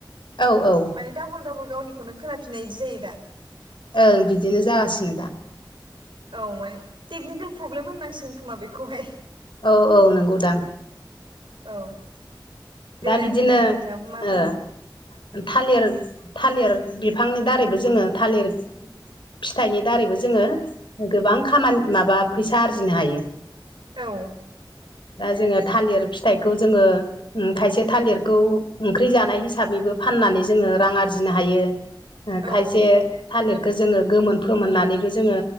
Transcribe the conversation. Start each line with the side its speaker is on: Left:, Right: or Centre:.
Left: औ-औ
Right: माने दाबल दाबल गावनिखौनो खोनाफिननाय बिदि जायो दा
Left: ओं बिदिनो जागासिनो दा
Right: औ माने टेकनिकेल प्रब्लेम होननांसिगोन खोमा बेखौहाय
Left: औ-औ नंगौदां
Right: औ देलाय
Left: दा बिदिनो
Right: बुंलाय नोंथाङा मा
Left: ओ
Right: बुङो
Left: थालिर थालिर बिफांनि दारैबो जोङो थालिर फिथाइनि दारैबो जोङो गोबां खामानि माबा फैसा आरजिनो हायो।
Right: औ
Left: दा जोङो थालिर फिथाइखौ जोङो। खायसे थालिरखौ ओंख्रि जानाय हिसाबैबो फाननानै जोङो रां आरजिनो हायो। खायसे
Right: औ
Left: थालिरखौ जोङो गोमोन फोमोननानैबो जोङो